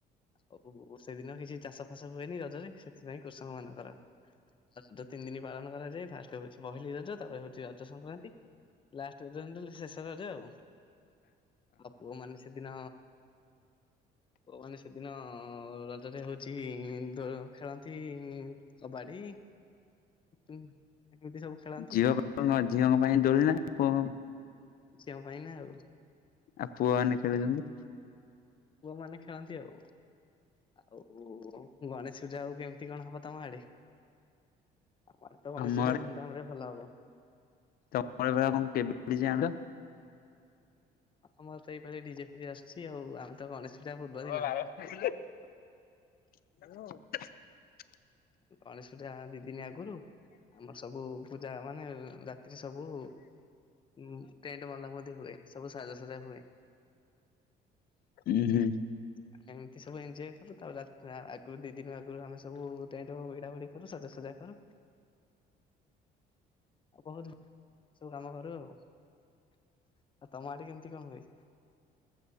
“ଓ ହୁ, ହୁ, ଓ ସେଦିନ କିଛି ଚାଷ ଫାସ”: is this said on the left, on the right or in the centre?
Left